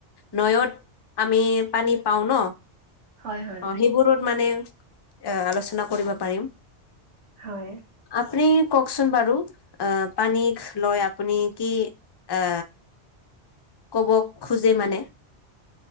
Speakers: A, on the left (about 40°); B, on the right (about 85°).
A: নৈয়ত আমি পানী পাওঁ ন।
B: হয় হয়।
A: অ' সেইবোৰত মানে এ আলোচনা কৰিব পাৰিম
B: হয়
A: আপুনি - কওঁকচোন বাৰু আহ পানীক লৈ আপুনি কি এ ক'ব' খোজে মানে।